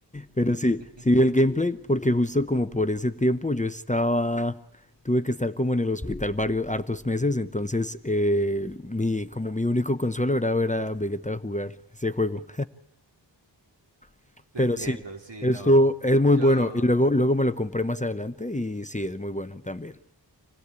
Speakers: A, on the left; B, on the right.
A: pero sí,
B: <laughs>
A: sí vi el gameplay porque justo como por ese tiempo yo estaba, tuve que estar como en el hospital varios, hartos meses, entonces eh, mi, como mi único consuelo era ver a Vegeta jugar ese juego, <laughs>
B: Te
A: pero
B: entiendo,
A: sí,
B: sí,
A: esto
B: no.
A: es muy
B: Yo,
A: bueno y luego, luego me lo compré más adelante y sí, es muy bueno también.